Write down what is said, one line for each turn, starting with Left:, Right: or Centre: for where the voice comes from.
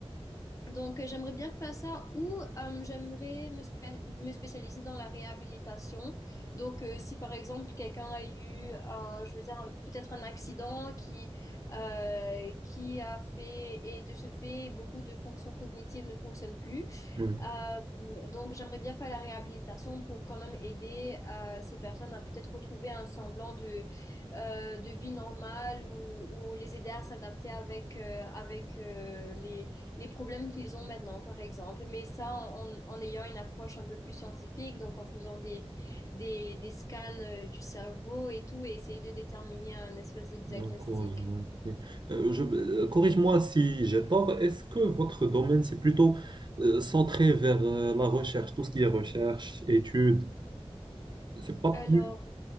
Left: Donc, euh, j'aimerais bien faire ça ou euh, j'aimerais me, spé- me spécialiser dans la réhabilitation. Donc, euh, si par exemple quelqu'un a eu, un, je veux dire, un- peut-être un accident qui, euh, qui a fait, et de ce fait, beaucoup de fonctions cognitives ne fonctionnent plus.
Right: oui.
Left: Euh, donc, j'aimerais bien faire la réhabilitation pour quand même aider euh, ces personnes à peut-être retrouver un semblant de, euh, de vie normale ou, ou les aider à s'adapter avec, euh, avec euh, les les problèmes qu'ils ont maintenant, par exemple, mais ça en, en ayant une approche un peu plus scientifique, donc en faisant des, des, des scans euh, du cerveau et tout, et essayer de déterminer un espèce de diagnostic.
Right: Donc, oui, oui, oui. Euh, je- euh, corrige-moi si j'ai tort. Est-ce que votre domaine, c'est plutôt euh, centré vers euh, la recherche, tout ce qui est recherche, études? C'est pas
Left: Alors,
Right: plus...